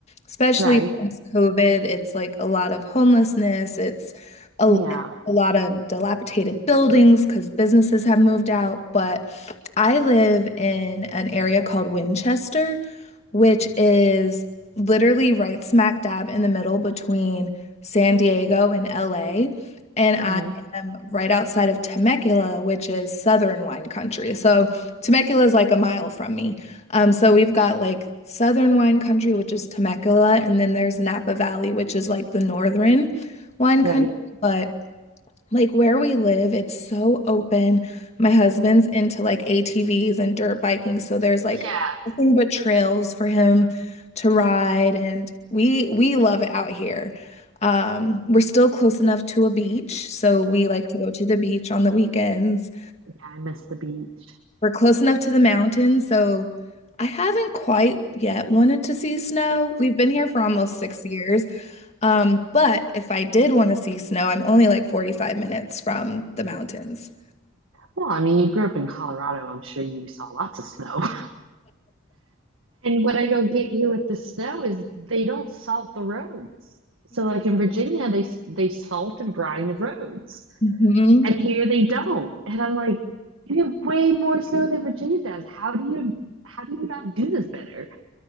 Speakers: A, on the left; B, on the right.
A: especially
B: Right.
A: since COVID. It's like a lot of homelessness. It's a,
B: Yeah.
A: a lot of dilapidated buildings because businesses have moved out. But I live in an area called Winchester, which is literally right smack dab in the middle between San Diego and LA. And I
B: Okay.
A: am right outside of Temecula, which is southern wine country. So Temecula is like a mile from me. Um, so we've got like southern wine country, which is Temecula, and then there's Napa Valley, which is like the northern wine
B: Right.
A: country. But like where we live, it's so open. My husband's into like ATVs and dirt biking, so there's like
B: Yeah.
A: nothing but trails for him to ride, and we we love it out here. Um, we're still close enough to a beach, so we like to go to the beach on the weekends.
B: Yeah. I miss the beach.
A: We're close enough to the mountains, so I haven't quite yet wanted to see snow. We've been here for almost six years. Um, but if I did want to see snow, I'm only like 45 minutes from the mountains.
B: Well, I mean, you grew up in Colorado. I'm sure you saw lots of snow. <laughs> And what I don't get here with the snow is they don't salt the roads. So, like in Virginia, they they salt and brine the roads.
A: Mm-hmm.
B: And here they don't. And I'm like, you get way more snow than Virginia does. How do you how do you not do this better?